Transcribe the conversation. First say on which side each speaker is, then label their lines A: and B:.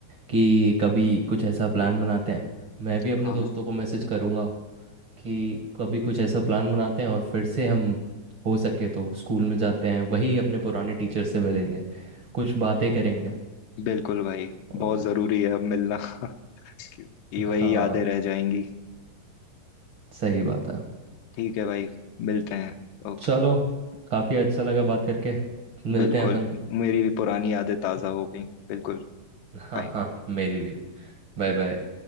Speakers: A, on the right (about 65°); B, on the left (about 80°).
A: कि कभी कुछ ऐसा प्लान बनाते हैं मैं भी
B: हाँ
A: अपने दोस्तों को मैसेज करूँगा कि कभी कुछ ऐसा प्लान बनाते हैं और फिर से हम हो सके तो स्कूल में जाते हैं वही अपने पुराने टीचर से मिलेंगे कुछ बातें करेंगे
B: बिल्कुल भाई
A: और
B: बहुत जरूरी है अब मिलना क्योंकि वही
A: हाँ
B: यादें रह जाएंगी
A: सही बात है
B: ठीक है भाई मिलते हैं ओके
A: चलो काफ़ी अच्छा लगा बात करके मिलते
B: बिल्कुल
A: हैं अपन
B: मेरी भी पुरानी यादें ताज़ा हो गई बिल्कुल
A: हाँ
B: बाय
A: हाँ मेरी भी Bye bye